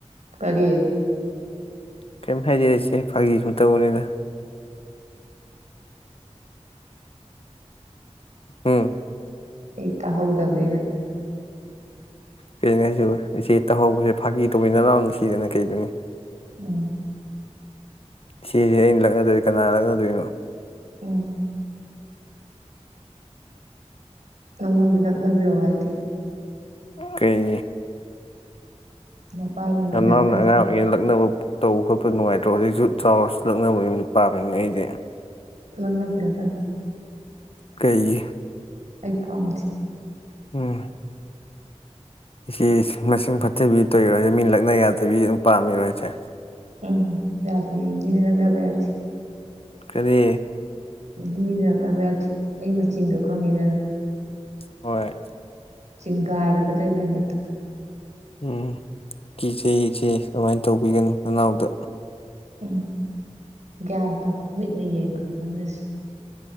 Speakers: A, on the right (about 85°); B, on the left (about 55°).
A: ꯀꯔꯤꯑꯦ
B: ꯀꯩꯝ ꯍꯥꯏꯖꯔꯤꯁꯦ ꯐ ꯁ ꯇꯧꯕꯅꯤꯗ ꯎꯝ
A: ꯑꯩ ꯇꯥꯍꯧꯗꯕꯅꯤꯅ
B: ꯀꯩꯅꯁꯨ ꯏꯆꯦ ꯇꯥꯍꯧꯕꯁꯦ ꯐꯥꯀꯤ ꯇꯧꯃꯤꯟꯅꯔꯎ ꯅꯨꯡꯁꯤꯗꯅ ꯀꯩꯗꯅꯤ
A: ꯎꯝ
B: ꯁꯤꯁꯦ ꯑꯩꯅ ꯂꯛꯅꯗꯣꯏꯔꯤ ꯀꯅꯥ ꯂꯛꯅꯗꯣꯏꯅꯣ
A: ꯎꯝ ꯅꯪꯉꯣꯟꯗ ꯅꯛꯅꯕꯤꯔꯛꯑꯣ ꯍꯥꯏꯗꯤꯦ
B: ꯀꯩ
A: ꯅꯄꯥꯏꯅ ꯃꯥꯏ
B: ꯅ ꯅꯎꯅ
A: ꯂꯛꯅ
B: ꯑꯉꯥꯡ ꯑꯣꯏꯔꯤꯉꯩ ꯅꯛꯅꯕ ꯇꯧꯕ ꯈꯣꯠꯄ ꯅꯨꯡꯉꯥꯏꯇ꯭ꯔꯣ ꯍꯧꯖꯤꯛꯁꯨ ꯆꯥꯎꯔꯁꯨ ꯅꯛꯅꯕꯒꯤ ꯄꯥꯝꯃꯤꯅꯦ ꯑꯩꯗꯤ
A: ꯂꯪꯅꯥ ꯄꯤꯌꯥꯀ
B: ꯀꯩ
A: ꯑꯩ ꯄꯥꯝꯗꯦ
B: ꯎꯝ ꯁꯤ ꯃꯁꯤꯡ ꯐꯠꯇꯕꯤ ꯇꯣꯏꯔꯣꯏꯁꯦ ꯃꯤꯅ ꯂꯛꯅ ꯌꯥꯗꯕꯤ ꯑꯗꯨꯝ ꯄꯥꯝꯃꯤꯔꯣꯁꯦ
A: ꯎꯝ ꯌꯥꯗꯦ ꯃꯤꯅꯦꯔꯒꯕ ꯌꯥꯗꯤ
B: ꯀꯔꯤ
A: ꯎ ꯃꯤꯖꯒꯂꯕꯊ ꯑꯩ ꯃꯆꯤꯟꯗꯣ ꯈꯪꯉꯤꯗꯅ
B: ꯍꯣꯏ
A: ꯆꯤꯡꯒꯥꯏꯔꯒꯗꯣꯏꯖꯥꯠꯅꯤ ꯑꯗꯣ
B: ꯎꯝ ꯀꯤꯆ ꯏꯆꯦ ꯀꯃꯥꯏꯅ ꯇꯧꯕꯤꯒꯅꯨ ꯅꯅꯥꯎꯗ
A: ꯎꯝ ꯒ꯭ꯌꯥꯟ ꯇꯥ ꯃꯤꯠꯅ ꯌꯦꯡꯕꯗ ꯈꯪꯅꯁꯤ